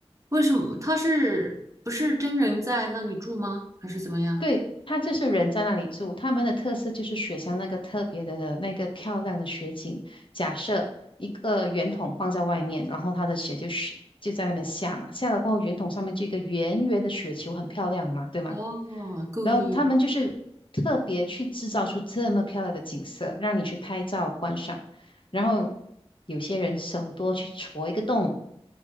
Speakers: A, on the right; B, on the left.
A: 为什么他是不是真人在那里住吗？还是怎么样？
B: 对，它就是人在那里住，他们的特色就是雪乡那个特别的那个漂亮的雪景。假设一个圆筒放在外面，然后它的雪就雪就在那边下嘛，下了过后圆筒上面就一个圆圆的雪球，很漂亮嘛，对吗？
A: 哦，故意，
B: 然后他们就是特别去制造出这么漂亮的景色，让你去拍照观赏。然后有些人手多去戳一个洞，